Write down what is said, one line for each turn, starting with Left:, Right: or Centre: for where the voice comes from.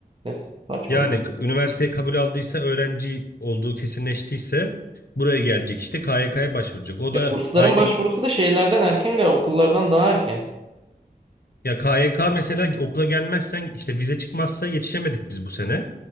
Right: Ne saçma
Left: Yani
Right: bir.
Left: k- üniversiteye kabul aldıysa öğrenci olduğu kesinleştiyse buraya gelecek işte KYK'ya başvuracak. O
Right: Ya
Left: da
Right: bursların
Left: aylık
Right: başvurusu da şeylerden erken galiba, okullardan daha erken.
Left: Ya KYK mesela okula gelmezsen işte vize çıkmazsa yetişemedik biz bu sene.